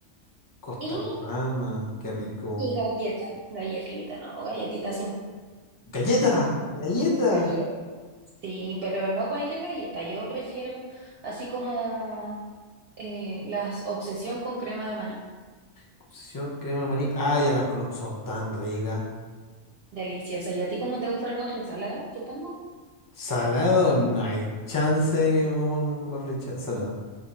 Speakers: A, on the left; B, on the right.
A: Costarrama,
B: y,
A: qué rico.
B: y galleta, galletita, no, galletita
A: ¡Galleta! ¡Galleta!
B: 100%, Sí, pero no cualquier galleta. Yo prefiero así como eh, las obsesión con crema de maní.
A: Obsesión, crema, maní. Ah, ya las conozco, son tan ricas.
B: Deliciosa. ¿Y a ti cómo te gusta el waffle salado, supongo?
A: Salado, no hay chance de que me coma un waffle cha- salado.